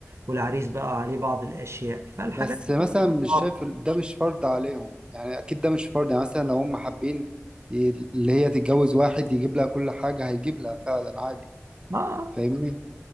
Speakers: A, on the right (about 65°); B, on the right (about 20°).
A: والعريس بقى عليه بعض الأشياء فالحاجات
B: بس
A: دي
B: مثلا
A: كلها
B: مش
A: بتتغير.
B: شايف ال- ده مش فرض عليهم يعني اكيد ده مش فرض يعني مثلا لو هم حابين ي- اللي هي تتجوز واحد يجيب لها كل حاجة هيجيب لها فعلا عادي
A: اه
B: فاهمني